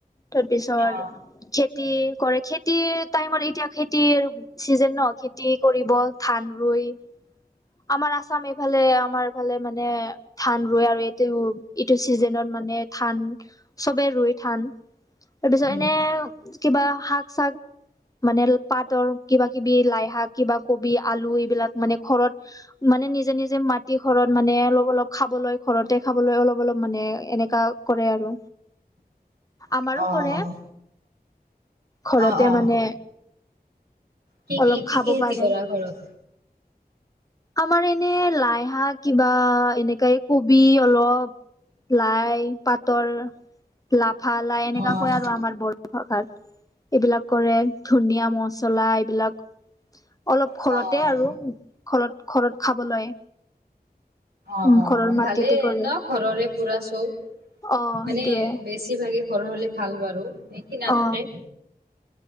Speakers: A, on the left; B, on the right.
A: তাৰপিচৰ
B: অ
A: খেতি কৰে খেতিৰ টাইমত এতিয়া খেতিৰ চিজন নহয় খেতি কৰিব ধান ৰুই। আমাৰ আছাম এইফালে আমাৰফালে মানে ধান ৰুৱে আৰু এইটো -এইটো চিজনত মানে মানে ধান চবে ৰুই ধান তাৰপিছত
B: উম
A: এনে কিবা শাক- চাক মানে পাতৰ কিবা- কিবি লাইশাক, কিবা কবি, আলু এইবিলাক মানে ঘৰত মানে নিজে - নিজে মাটি ঘৰত মানে অলপ- অলপ খাবলৈ ঘৰতে খাবলৈ অলপ- অলপ মানে এনেকা কৰে আৰু আমাৰো
B: অ',
A: কৰে। ঘৰতে
B: অ', অ'।
A: মানে
B: কি কি
A: অলপ
B: কি
A: খাব
B: কি খেতি
A: পাৰে।
B: কৰা ঘৰত?
A: আমাৰ এনে লাইশাক কিবা এনেকাাই কবি অলপ লাই পাটৰ, লাফা লাই এনেকা
B: অ',
A: কয় আৰু আমাৰ বঢ়ো ভাষাত। এইবিলাক কৰে ধনিয়া মচলা এইবিলাক অলপ ঘৰতে
B: অ',
A: আৰু ঘলত খাবলৈ।
B: অ',
A: উম
B: অ',
A: ঘৰৰ মাটিতে
B: ভালেই
A: কৰে।
B: ন' ঘৰৰে পুৰা চব।
A: অ
B: মানে
A: সেইটোয়ে
B: বেছিভাগে ঘৰ হলে ভাল বাৰু এক নাথকে।
A: অ